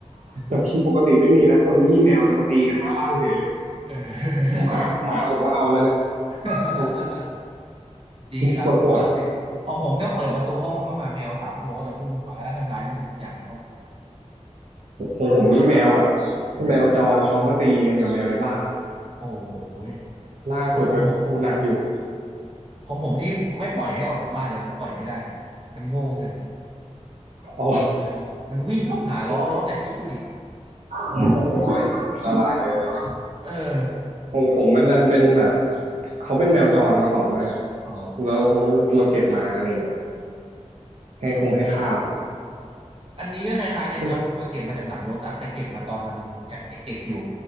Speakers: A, on the right; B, on the right.
A: แต่ <laughs> ปกติไม่มีนะวันนี้มีแมวจะมาตีกันหน้าบ้านเฉยเลย
B: เออ
A: หมาหมาผมก็เอาแล้วเนี่ย
B: <laughs>
A: <laughs> ผม
B: ดีครับสดชื่นของผมถ้าเปิดประตูห้องเข้ามาแมวสามตัวก็จะพุ่งมาแล้วก็ทำลายทุกสิ่งทุกอย่างในห้อง
A: ปวดหัวผมผมนี่แมวแบบแมวจรเขามาตีกันกับแมวในบ้าน
B: โอ้ย
A: ล่าสุดก็โอ้หนักอยู่
B: โอ้ยของผมของผมนี่ไม่ปล่อยให้ออกจากบ้านเลยครับปล่อยไม่ได้มันโง่เกิน
A: อ๋อ <coughs>
B: เออมันวิ่งเข้าหาล้อรถแต่คิดดูดิ
A: โอ้ยอันตรายเลยนะ
B: เออ
A: ของผมมันดันเป็นแบบเขาเป็นแมวจรมาก่อนด้วยฮะ
B: อ๋อ
A: แล้วเขาเราเก็บมาอะไรเงี้ยให้คงให้ข้าว
B: อันนี้ก็คล้ายๆกันครับผมก็เก็บมาจากหลังโลตัสแต่เก็บมาตอนมันยังเด็กๆอยู่
A: เออ